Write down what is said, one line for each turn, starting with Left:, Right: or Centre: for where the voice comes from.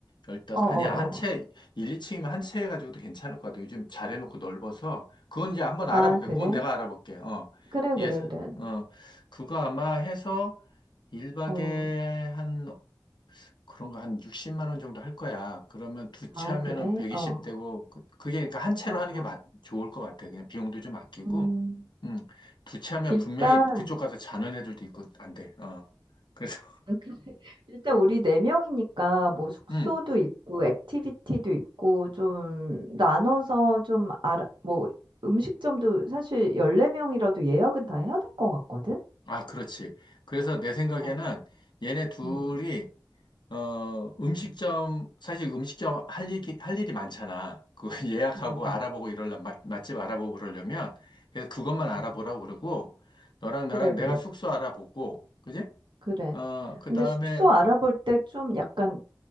Left: 열다섯,
Right: 어, 어,
Left: 아니야. 한 채,
Right: 어.
Left: 일, 이층이면한 채 해가지고도 괜찮을 것 같아. 요즘 잘 해놓고 넓어서. 그건 이제 한번 알아볼게.
Right: 아, 그래?
Left: 그건 내가 알아볼게. 어.
Right: 그래,
Left: 예산,
Right: 그래, 그래.
Left: 어. 그거 아마 해서 일박에한
Right: 어,
Left: 그런 거 한 60만 원 정도 할 거야. 그러면 두 채
Right: 아,
Left: 하면은
Right: 그래?
Left: 120
Right: 어,
Left: 되고, 그- 그게 그러니까 한 채로
Right: 어,
Left: 하는
Right: 어.
Left: 게 맞, 좋을 것 같아. 그냥 비용도 좀 아끼고.
Right: 음,
Left: 음. 두 채 하면
Right: 일단,
Left: 분명히 그쪽 가서 자는 애들도 있고, 안 돼. 어. 그래서.
Right: <laughs> 일단 우리 네 명이니까 뭐 숙소도
Left: <laughs>
Right: 있고 액티비티도 있고 좀 나눠서 좀 알아 뭐 음식점도 사실 14명이라도 예약은 다 해야 될 것 같거든.
Left: 아, 그렇지. 그래서 내 생각에는
Right: 어.
Left: 얘네 둘이,
Right: 음, 음.
Left: 어, 음식점,
Right: 음,
Left: 사실 음식점 할 일이, 할 일이 많잖아. 그 <laughs> 예약하고
Right: 음, 음, 음,
Left: 알아보고 이러려면, 맛, 맛집 알아보고 그러려면, 그래서 그것만
Right: 음.
Left: 알아보라고
Right: 음.
Left: 그러고, 너랑 나랑
Right: 그래 그래.
Left: 내가 숙소 알아보고, 그지?
Right: 그래.
Left: 어, 그
Right: 근데
Left: 다음에,
Right: 숙소 알아볼 때 좀 약간